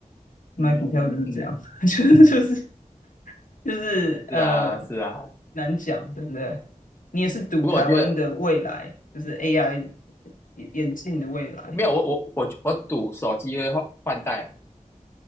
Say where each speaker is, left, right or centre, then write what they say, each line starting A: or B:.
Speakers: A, on the left (about 80°); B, on the left (about 20°).
A: 买股票就是这样，
B: 嗯嗯嗯嗯，
A: <laughs> 就是就是就是呃啊
B: 是啊是啊。
A: 难讲，对不对？你也是赌台湾的未来，
B: 不过我觉得
A: 就是 AI 眼眼镜的未来，
B: 没有，我我我我赌手机会换换代啊